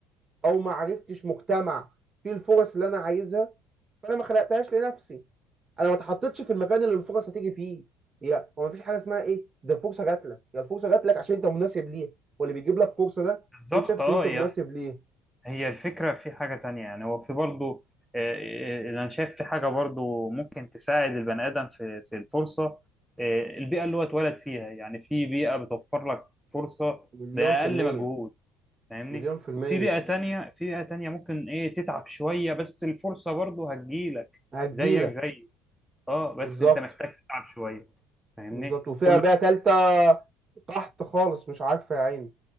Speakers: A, on the right; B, in the centre.
A: او ما عرفتش مجتمع فيه الفرص اللي انا عايزها فانا ما خلقتهاش لنفسي انا ما اتحطيتش في المكان اللي الفرص هتيجي فيه هي هو ما فيش حاجه اسمها ايه ده الفرصه جات لك هي الفرصه جات لك عشان انت مناسب ليها واللي بيجيب لك فرصه ده
B: بالظبط
A: يكون شايفك
B: اه
A: ان انت
B: يا
A: مناسب ليه
B: هي الفكرة في حاجة تانية يعني هو في برضو آه، آه، انا شايف في حاجة برضو ممكن تساعد البني آدم في في الفرصة آه، البيئة اللي هو اتولد فيها يعني في بيئة بتوفر لك فرصة
A: مليون
B: بأقل
A: في المية
B: مجهود فاهمني
A: مليون في المية
B: وفي بيئة تانية في بيئة تانية ممكن ايه تتعب شوية بس الفرصة برضو هتجيلك
A: هتجيلك
B: زيك زي اه بس
A: بالظبط
B: انت محتاج تتعب شوية فاهمني
A: بالظبط وفيها
B: كل
A: بقى تالتة تحت خالص مش عارفة يا عيني